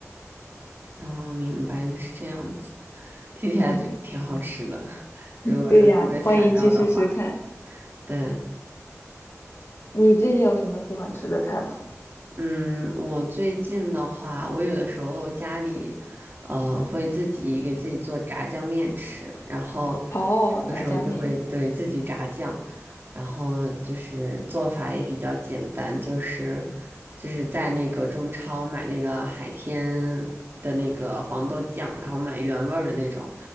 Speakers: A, on the right (about 40°); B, on the left (about 50°).
A: 哦，明白，原来是这样子，听起来就挺好吃的。
B: 嗯，
A: <laughs> 如果说应对材料的话，
B: 对呀，欢迎去试试看。
A: 对，
B: 你最近有什么喜欢吃的菜吗？
A: 嗯，我最近的话，我有的时候家里，呃，会自己给自己做炸酱面吃，然后有的时候就会对自己炸酱，
B: 哦，炸酱面。
A: 然后就是做法也比较简单，就是就是在那个中超买那个海天的那个黄豆酱，然后买原味儿的那种，